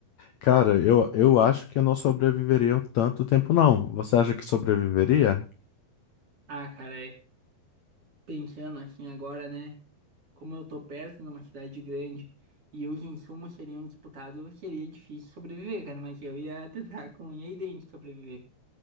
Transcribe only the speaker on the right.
Ah, cara, é. Pensando assim agora, né? Como eu tô perto numa cidade grande e os insumos seriam disputados, seria difícil sobreviver, cara, mas eu ia <laughs> tentar com unha e dente sobreviver.